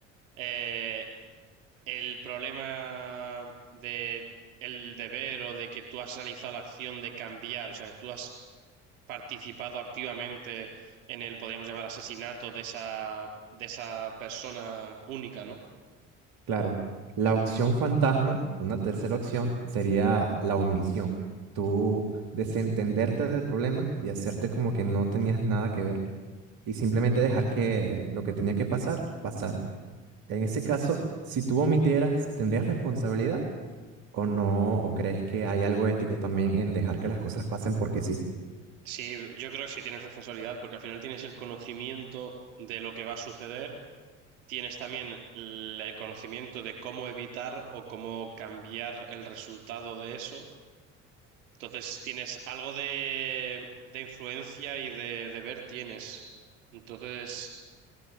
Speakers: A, on the right; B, on the right.
A: eh, el problema de el deber o de que tú has realizado la acción de cambiar, o sea, que tú has participado activamente en el, podríamos llamar, asesinato de esa, de esa persona única, ¿no?
B: Claro, la opción fantasma, una tercera opción, sería la omisión. Tú desentenderte del problema y hacerte como que no tenías nada que ver y simplemente dejar que lo que tenía que pasar, pasara. En ese caso, si tú omitieras, ¿tendrías responsabilidad o no? ¿O crees que hay algo ético también en dejar que las cosas pasen porque sí?
A: Sí, yo creo que sí tienes responsabilidad, porque al final tienes el conocimiento de lo que va a suceder, tienes también el conocimiento de cómo evitar o cómo cambiar el resultado de eso. Entonces tienes algo de, de influencia y de deber tienes. Entonces,